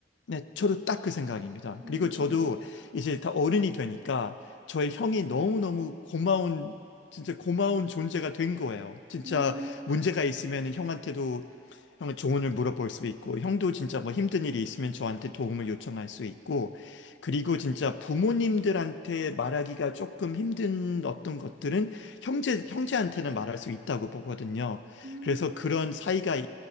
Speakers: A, on the left (about 70°); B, on the right (about 50°).
A: 네, 저도 딱 그 생각입니다.
B: 음,
A: 그리고 저도 이제 다 어른이 되니까 저의 형이 너무너무 고마운, 진짜 고마운 존재가 된 거예요. 진짜
B: 음,
A: 문제가 있으면 형한테도 형을 조언을 물어볼 수 있고, 형도 진짜 뭐 힘든 일이 있으면 저한테 도움을 요청할 수 있고, 그리고 진짜 부모님들한테 말하기가 조금 힘든 어떤 것들은 형제, 형제한테는 말할 수 있다고 보거든요.
B: 음,
A: 그래서 그런 사이가